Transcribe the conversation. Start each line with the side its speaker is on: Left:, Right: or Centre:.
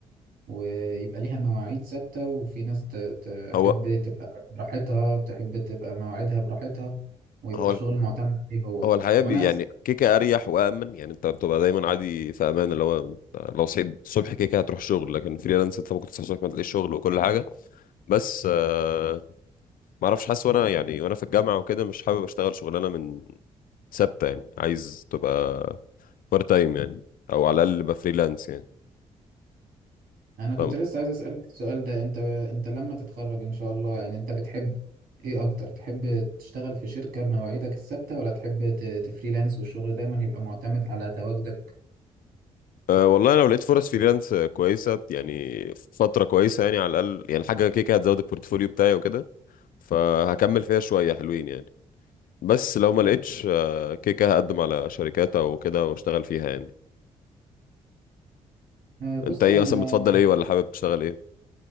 Right: ويبقى ليها مواعيد ثابتة وفي ناس ت... تحب
Left: هو
Right: تبقى براحتها تحب تبقى مواعيدها براحتها ويبقى
Left: هو
Right: الشغل معتمد عليه هو
Left: هو الحياة
Right: طب
Left: بي
Right: أنا عايز
Left: يعني كيكة أريح وأمن يعني أنت بتبقى دايما عادي في أمان اللي هو أنت لو صحيت الصبح كيكة هتروح شغل لكن فريلانس أنت ممكن تصحى الصبح ما تلاقيش شغل وكل حاجة بس آه ما أعرفش حاسس وأنا يعني وأنا في الجامعة وكده مش حابب أشتغل شغلانة من ثابتة يعني عايز تبقى بارت تايم يعني أو على الأقل يبقى فريلانس يعني
Right: انا كنت
Left: فاهم
Right: لسه عايز اسالك السؤال ده انت انت لما تتخرج ان شاء الله يعني انت بتحب ايه اكتر تحب تشتغل في شركه بمواعيدك الثابته ولا تحب ت- تفريلانس والشغل دايما يبقى معتمد على تواجدك
Left: أه والله لو لقيت فرص فريلانس كويسة يعني فترة كويسة يعني على الأقل يعني حاجة كيكة هتزود البورتفوليو بتاعي وكده فهكمل فيها شوية حلوين يعني بس لو ما لقيتش آه، كده كده هقدم على شركات او كده واشتغل فيها يعني
Right: أه، بص
Left: انت ايه
Right: انا
Left: اصلا بتفضل ايه ولا حابب تشتغل ايه